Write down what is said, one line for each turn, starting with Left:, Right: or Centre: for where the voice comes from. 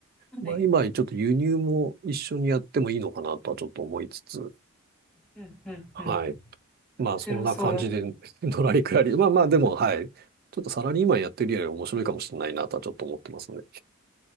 Centre: はい。
Right: まあ今ちょっと輸入も一緒にやってもいいのかなとはちょっと思いつつ、
Centre: うん、うん、
Right: はい。
Centre: うん。
Right: まあ、
Centre: 面白そう。
Right: そんな感じで、<laughs> のらりくらり。まあまあ、でも、はい。ちょっとサラリーマンやってるより面白いかもしれないなとはちょっと思ってますね。